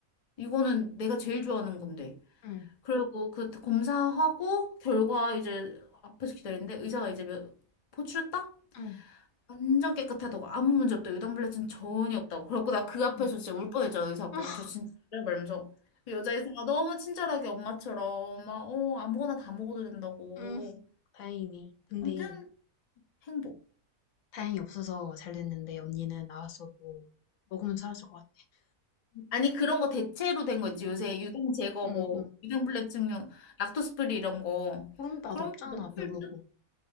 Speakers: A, on the left; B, on the left.
A: 이거는 내가 제일 좋아하는 건데.
B: 응.
A: 그리고 그 검사하고 결과 이제 앞에서 기다리는데 의사가 이제 몇, 포출했다?
B: 응.
A: 완전 깨끗하다고 아무 문제 없다고 유당불내증 전혀 없다고 그래갖고 나 그 앞에서
B: 응. 응.
A: 진짜 울 뻔했죠 의사 앞에서
B: <laughs>
A: 저 진짜 말면서 그 여자 의사가 너무 친절하게 엄마처럼 막 어 아무거나 다 먹어도 된다고
B: 응. 다행이네. 근데
A: 아무튼 행복
B: 다행히 없어서 잘 됐는데 언니는 나왔어도 먹으면 살았을 것 같아.
A: 아니 그런 거 대체로 된 거 있지 요새 유당 제거
B: 어,
A: 뭐
B: 어.
A: 유당불내증용 락토스 프리 이런 거
B: 그런 맛
A: 그런
B: 없잖아,
A: 거 먹을
B: 별로고.
A: 듯?